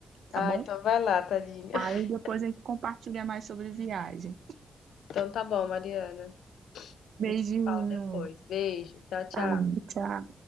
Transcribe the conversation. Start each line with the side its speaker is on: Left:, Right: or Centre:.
Right: tá
Left: Ah,
Right: bom?
Left: então vai lá, tadinha. <laughs>
Right: Aí depois a gente compartilha mais sobre viagem.
Left: Então tá bom, Mariana.
Right: Beijinho.
Left: A gente se fala depois. Beijo. Tchau, tchau.
Right: Tá, tchau.